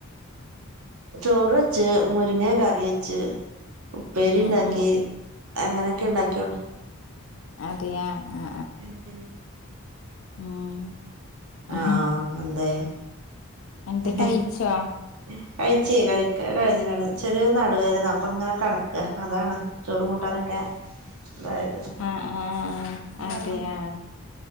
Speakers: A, on the right; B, on the left.
A: ചോറ് വെച്ച് മുരിങ്ങ കറി വെച്ച് ഉപ്പേരി
B: ഉം
A: ഇണ്ടാക്കി
B: ഉം
A: അങ്ങനെയൊക്കെ ഇണ്ടാക്കിയൊള്ളൊ
B: അതെയാ ആ
A: എന്തിനാ
B: ഉം ഉം
A: ആ ആ എന്തെ
B: എന്നിട്ട്
A: ഹ്
B: കഴിച്ചോ
A: ഹും കഴിച്ചേ കഴിക്ക കഴിഞ്ഞ് കഴിഞ്ഞ് ചെറിയൊരു വേദന ചെറിയനടുവേദന അപ്പം ഇങ്ങനെ കടക്ക അതാണ് ചോറും കൂട്ടാനൊക്കെ അതായത്
B: ആഹ് ആഹ്
A: നി
B: അതെയാ
A: മാത്രം